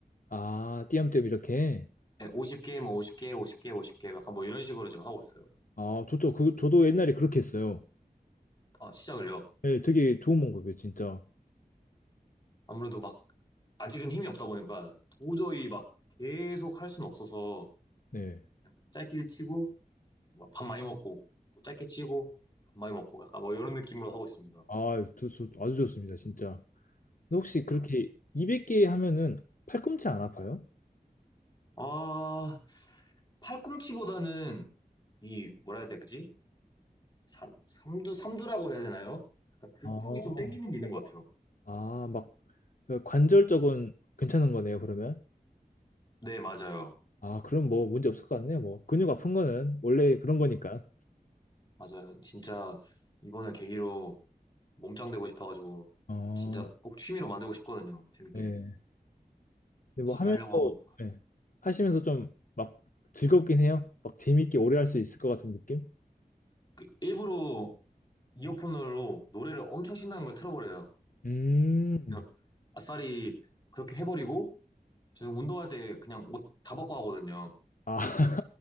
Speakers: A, on the left (about 55°); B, on the left (about 25°).
A: 아, 띄엄띄엄 이렇게?
B: 50개, 뭐 50개, 50개, 50개 약간 뭐 이런 식으로 지금 하고 있어요.
A: 아, 좋죠. 그, 저도 옛날에 그렇게 했어요.
B: 아, 시작을요.
A: 네, 되게 좋은 방법이에요, 진짜.
B: 아무래도 막 아직은 힘이 없다 보니까 도저히 막 계속 할 수는 없어서
A: 네.
B: 그냥 짧게 치고 뭐밥 많이 먹고 또 짧게 치고 밥 많이 먹고 약간 뭐 이런 느낌으로 하고 있습니다.
A: 아, 저, 저, 아주 좋습니다, 진짜. 근데 혹시 그렇게
B: 어.
A: 200개 하면은 팔꿈치 안 아파요?
B: 아, 팔꿈치보다는 이 뭐라 해야 되지? 삼, 삼두, 삼두라고 해야 되나요? 약간 그쪽이
A: 아,
B: 좀 땡기는 게 있는 것 같아요.
A: 아, 막 그 관절 쪽은 괜찮은 거네요, 그러면.
B: 네, 맞아요.
A: 아, 그럼 뭐 문제 없을 것 같네요. 뭐 근육 아픈 거는 원래 그런 거니까.
B: 맞아요. 진짜 이번을 계기로 몸짱되고 싶어가지고
A: 어,
B: 진짜 꼭 취미로 만들고 싶거든요. 재밌게
A: 예. 근데
B: 열심히
A: 뭐 하면서
B: 하려고 하고 있-
A: 예. 하시면서 좀 막 즐겁긴 해요. 막 재밌게 오래 할 수 있을 것 같은 느낌?
B: 그 일부러 이어폰으로 노래를 엄청 신나는 걸 틀어버려요.
A: 음.
B: 그냥 아싸리 그렇게 해버리고 저 운동할 때 그냥 옷 다 벗고 하거든요.
A: 아, <laughs>